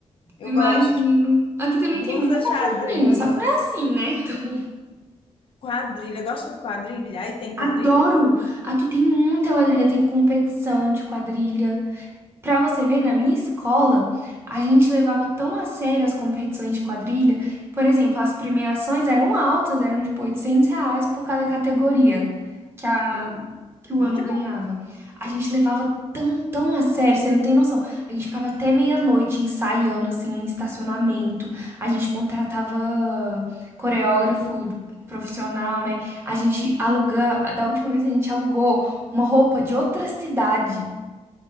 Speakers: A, on the left; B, on the right.
A: eu
B: Imagino.
A: gosto.
B: Aqui também
A: Blusa
B: tem muita festa
A: xadrez,
B: junina, só que não é assim, né? Então,
A: quadrilha. Gosta de quadrilha? Aí tem
B: adoro!
A: quadrilha?
B: Aqui tem muita quadrilha, tem competição de quadrilha. Pra você ver, na minha escola, a gente levava tão a sério as competições de quadrilha. Por exemplo, as premiações eram altas, eram tipo 800 reais por cada categoria que, a,
A: É,
B: que o
A: muito
B: ano ganhava.
A: bom.
B: A gente levava tão, tão a sério, você não tem noção. A gente ficava até meia-noite ensaiando, assim, em estacionamento. A gente contratava coreógrafo profissional, né? A gente aluga... Da última vez, a gente alugou uma roupa de outra cidade.